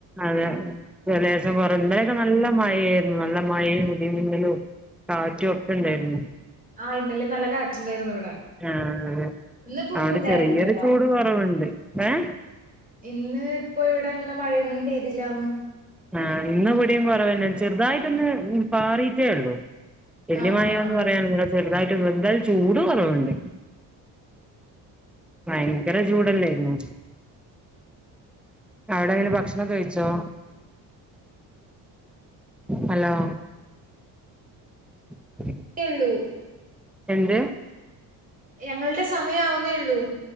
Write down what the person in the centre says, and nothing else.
അതെ എ ലേസം കൊറ ഇന്നലൊക്കെ നല്ല മഴായിരുന്നു. നല്ല മഴീ മുടിമിന്നലും കാറ്റുഒക്കെണ്ടാരുന്നു
ആഹ്
അതുകൊണ്ട്
ചെറിയരു
ചൂട് കുറവുണ്ട് ഏഹ്?
ആഹ് ഇന്ന് വിടിം കുറവന്നെ. ചെറുതായിട്ടൊന്ന് പാറീട്ടേ ഉള്ളു വല്യ
മയാന്ന്
പറയാനോന്നുല്ല ചെറുതായിട്ട്ണ്ട് ന്തായാലും ചൂട് കുറവുണ്ട് ഭയങ്കര ചൂടല്ലേ നോ അവിടെ ങ്ങനെ ഭക്ഷണൊ ക്കെ കഴിച്ചോ? ഹലോ <inaudible>
എന്ത്?